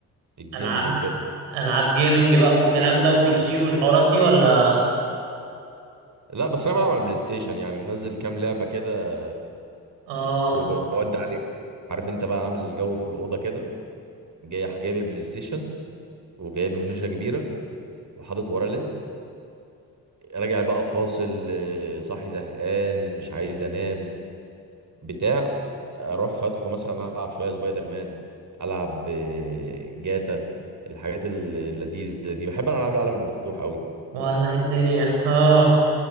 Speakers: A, on the right; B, on the right.
A: الجيمز
B: العاب
A: وكده
B: العاب جيمنج بقى والكلام ده وبي سي والحوارات دي ولا
A: لا بس انا بلعب على البلاي ستيشن يعني منزل كام لعبه كده
B: اه
A: وبودي عليه عارف انت بقى عامل الجو في الاوضه كده جاي جايب البلاي ستيشن وجايب له شاشه كبيره وحاطط وراه ليد راجع بقى فاصل آه، صاحي زهقان مش عايز انام بتاع اروح فاتحه مثلا العب شويه سبايدر مان العب آه، جاتا الحاجات اللذيذه دي بحب انا العاب العالم المفتوح قوي
B: ولا الدنيا اه